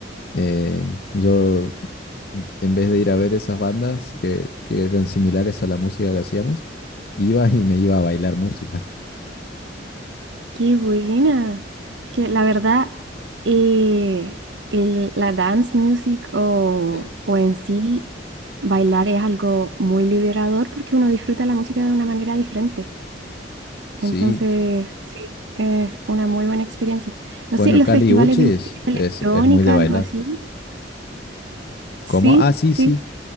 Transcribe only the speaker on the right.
Qué buena. Es que la verdad, eh, el- la dance music o,
o en sí bailar es algo muy liberador porque uno disfruta la música de una manera diferente.
Entonces, sí, es una muy buena experiencia. No
sé, los
festivales
de música electrónica,
algo así.
Sí,
sí,